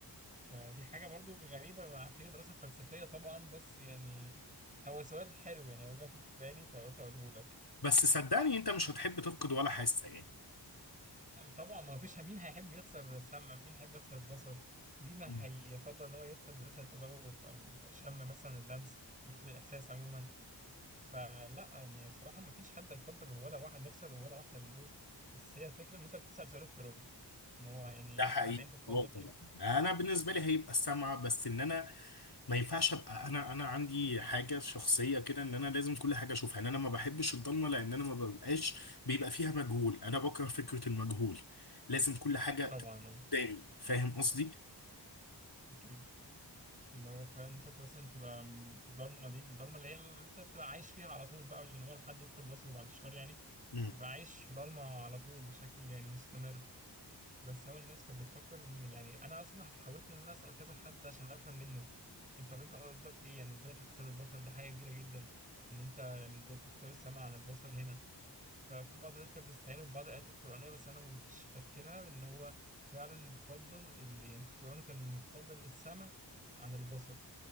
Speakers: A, on the right; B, on the left.
A: فدي حاجة برضو غريبة محتاجة دراسة فلسفية طبعا بس يعني هو سؤال حلو يعني هو جه في بالي فقلت اقوله لك
B: بس صدقني انت مش هتحب تفقد ولا حاسه يعني
A: طبعا ما فيش مين هيحب يخسر السمع مين هيحب يخسر البصر مين هيفضل
B: مم.
A: ان هو يفقد مثلا التذوق او الشم مثلا اللمس يفقد الاحساس عموما فلا يعني بصراحه ما فيش حد هيفضل ولا واحد يخسر ولا واحده من دول بس هي الفكره ان انت بتسال سؤال افتراضي ان هو يعني
B: ده حقيقي
A: هل انت تفضل
B: اه
A: كده؟
B: طبعا انا
A: اه
B: بالنسبه لي هيبقى السمع بس ان انا ما ينفعش ابقى انا انا عندي حاجه شخصيه كده ان انا لازم كل حاجه اشوفها ان انا ما بحبش الضلمه لان انا ما ببقاش بيبقى فيها مجهول انا بكره فكره المجهول لازم كل حاجه تبقى
A: طبعا اه
B: قدامي فاهم قصدي
A: اكيد اللي هو فعلا انت مثلا تبقى الضلمه دي الضلمه اللي هي اللي انت بتبقى عايش فيها على طول بقى عشان هو لحد يفقد بصره بعد الشهر يعني
B: مم.
A: بيبقى عايش في ضلمه على طول بشكل يعني مستمر بس هو الناس كانت بتفكر م- يعني انا اصلا حاولت ان انا اسال كذا حد عشان افهم منه انت طب انت قصدك ايه يعني ازاي تختار البصر ده حاجه كبيره جدا ان انت يعني ازاي تختار السمع عن البصر هنا ففي بعض الناس كانت بيستعينوا ببعض الايات القرانيه بس انا ما كنتش فاكرها ان هو فعلا فضل اللي يعني في القران كان متفضل السمع عن البصر